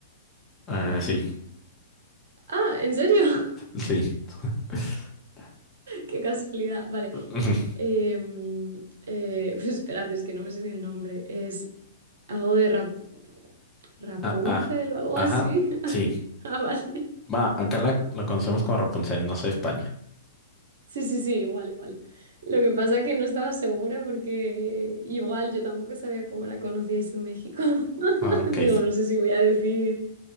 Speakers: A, on the left; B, on the right.
A: Ah, sí,
B: Ah, ¿en serio? <laughs>
A: sí. <laughs>
B: Qué casualidad. Vale.
A: Ujú,
B: Eh, mm, eh, <laughs> pues espérate, es que no me sé ni el nombre. Es algo de Rap- Rapunzel
A: ah, ah,
B: o algo
A: ajá,
B: así. <laughs>
A: sí.
B: Ah, vale.
A: Va, acá la, la conocemos como Rapunzel, no sé España.
B: Sí, sí, sí, igual, igual. Lo que pasa es que no estaba segura porque igual yo tampoco sabía cómo la conocíais en México. <laughs>
A: Ah, Ok.
B: Digo, no sé si voy a decir,